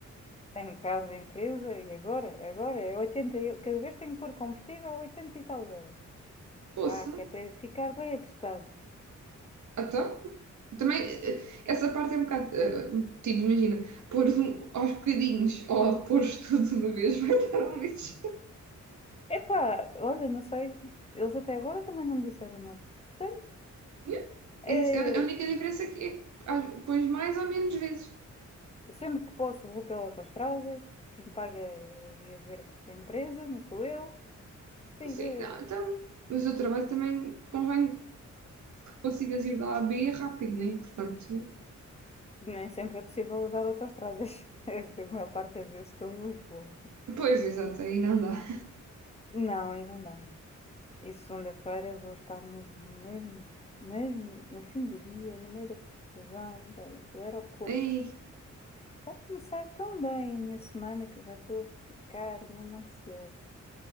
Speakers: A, on the left (about 20°); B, on the right (about 70°).
A: tenho carro da empresa e agora, agora é 80 eu, cada vez tenho que pôr combustível a 80 e tal euros.
B: Poça,
A: Vá, que é para ficar bem atestado.
B: então. Também, eh, essa parte é um bocado. eh, Tipo, imagina, pôr um, aos bocadinhos ou pôr tudo de uma vez <laughs> vai dar um lixo.
A: Epá, olha, não sei, eles até agora também não me disseram nada. Portanto,
B: Yeah.
A: é,
B: Esse- a a única diferença é que é, que, ah, pões mais ou menos vezes.
A: sempre que posso vou pela autoestrada, quem paga é a via verde da empresa, não sou eu. Diga,
B: Assim, ah, então, mas o trabalho também convém que consigas ir da A a B rápido, né? Portanto,
A: nem sempre é possível usar autoestradas, <laughs> a maior parte das vezes estou em Lisboa.
B: pois, exato, aí não dá.
A: Não, aí não dá. E segunda-feira vou estar mesmo, mesmo, mesmo no fim do dia, no meio da confusão do, do aeroporto.
B: Aí,
A: Vai começar tão bem a minha semana que já estou a ficar mesmo ansiosa.